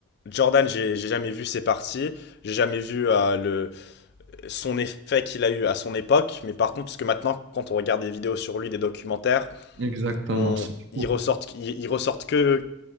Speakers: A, on the left; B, on the right.
A: Jordan, j'ai j'ai jamais vu ses parties. J'ai jamais vu euh, le, son effet qu'il a eu à son époque. Mais par contre, parce que maintenant, quand on regarde des vidéos sur lui, des documentaires,
B: Exactement,
A: on,
B: c'est
A: ils
B: fou.
A: ressortent, ils, ils ressortent que,